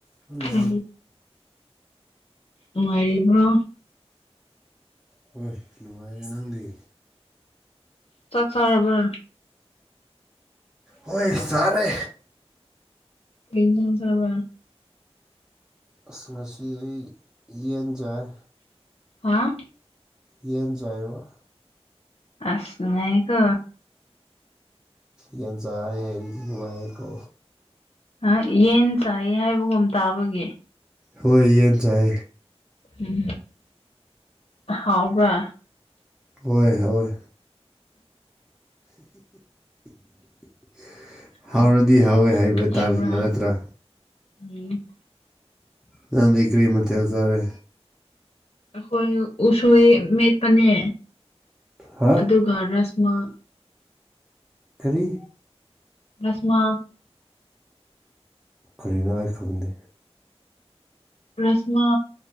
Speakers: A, in the centre; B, on the left.
A: hello
B: ꯍ ꯅꯨꯡꯉꯥꯏꯔꯤꯕ꯭ꯔꯣ
A: ꯍꯣꯏ ꯅꯨꯡꯉꯥꯏꯔꯦ ꯅꯪꯗꯤ
B: ꯆꯠ ꯆꯔꯕ
A: ꯑꯣꯏꯣꯏ ꯁꯔꯦ
B: ꯑ ꯆ ꯆꯥꯕ꯭ꯔ
A: ꯑꯁ ꯉꯁꯤ ꯑꯩ ꯌꯦꯟꯖꯥꯏ
B: ꯍꯥꯥ
A: ꯌꯦꯟꯖꯕ
B: ꯑꯁꯉꯥꯏꯀꯣ
A: ꯌꯦꯟꯖꯑ ꯍꯥꯏꯦꯔꯤꯗꯤ ꯅꯨꯡꯃꯥꯏꯀꯣ
B: ꯑ ꯌꯦꯟ ꯆꯥꯏ ꯍꯥꯏꯕꯒꯨꯝ ꯇꯥꯕꯒꯤ
A: ꯍꯣꯏ ꯌꯦꯅ ꯆꯥꯏ
B: ꯎꯝ ꯍꯥꯎꯕ꯭ꯔ
A: ꯍꯣꯏ ꯍꯣꯏ <inaudible> ꯍꯥꯎꯔꯗꯤ
B: ꯍꯥꯎꯇꯕ ꯌꯦꯟꯗꯣ
A: ꯍꯥꯎꯋꯦ ꯍꯥꯏꯕ ꯇꯥꯔꯃ
B: ꯌꯥꯎꯕ꯭ꯔꯥ
A: ꯅꯠꯇ꯭ꯔꯥ
B: ꯎꯝ
A: ꯌꯥꯝꯗꯤ ꯀ꯭ꯔꯤꯃꯇꯥꯔꯦ
B: ꯑꯩꯈꯣꯏ ꯎꯁꯣꯏ ꯃꯦꯠꯄꯅꯦ
A: ꯍꯥ
B: ꯑꯗꯨꯒ ꯔ <inaudible>
A: ꯊ꯭ꯔꯤ
B: ꯔꯁꯃ
A: ꯀꯔꯤꯅꯣ ꯑꯩ ꯈꯪꯗꯦ
B: ꯔꯁꯃꯥ